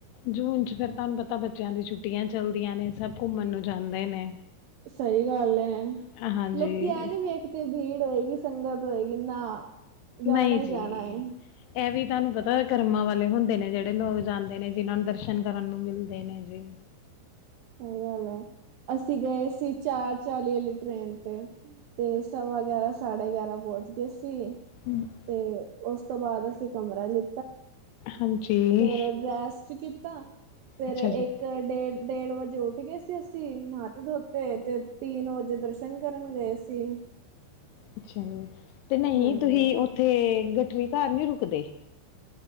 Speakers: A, on the left; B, on the right.
A: ਜੂਨ ਚ ਫਿਰ ਤੁਹਾਨੂੰ ਪਤਾ, ਬੱਚਿਆਂ ਦੀ ਛੁੱਟੀਆਂ ਚੱਲਦੀਆਂ ਨੇ, ਸਭ ਘੁੰਮਣ ਨੂੰ ਜਾਂਦੇ ਨੇ
B: ਸਹੀ ਗੱਲ ਐ,
A: ਹਾਂਜੀ
B: ਲੋਕੀ ਐ ਨੀ ਵੇਖਦੇ ਭੀੜ ਹੋਏਗੀ, ਸੰਗਤ ਹੋਏਗੀ ਨਾ ਜਾਣਾ
A: ਨਹੀਂ
B: ਹੀ
A: ਜੀ
B: ਜਾਣਾ ਹੈ
A: ਇਹ ਵੀ ਤੁਹਾਨੂੰ ਪਤਾ, ਕਰਮਾਂ ਵਾਲੇ ਹੁੰਦੇ ਨੇ, ਜਿਹੜੇ ਲੋਕ ਜਾਂਦੇ ਨੇ, ਜਿਨਾਂ ਨੂੰ ਦਰਸ਼ਨ ਕਰਨ ਨੂੰ, ਮਿਲਦੇ ਨੇ ਜੀ
B: ਸਹੀ ਗੱਲ ਹੈ, ਅਸੀਂ ਗਏ ਸੀ ਚਾਰ- ਚਾਲੀ ਵਾਲੀ ਟ੍ਰੇਨ ਤੇ ਤੇ, ਸਵਾ -ਗਿਆਰਾਂ ਸਾਢੇ- ਗਿਆਰਾਂ ਪਹੁੰਚ ਗਏ ਸੀ।
A: ਹਮ। <inaudible>
B: ਤੇ ਉਸ ਤੋਂ ਬਾਅਦ, ਅਸੀਂ ਕਮਰਾ ਲਿ
A: ਹਾਂਜੀ,
B: ਫੇਰ ਰੈਸਟ ਕੀਤਾ, ਫੇਰ
A: ਅੱਛਾ
B: ਇੱਕ
A: ਜੀ,
B: -ਡੇਢ ਡੇਢ ਵਜੇ, ਉੱਠ ਗਏ ਸੀ ਅਸੀਂ, ਨਾਤੇ ਧੋਤੇ ਤੇ ਤਿੰਨ ਵਜੇ ਦਰਸ਼ਨ ਕਰਨ ਗਏ ਸੀ
A: ਅੱਛਾ ਜੀ, ਤੇ ਨਹੀਂ
B: ਹਾਂਜੀ
A: ਤੁਸੀਂ ਉੱਥੇ ਗਟੜੀ ਘਰ ਨਈ ਰੁਕਦੇ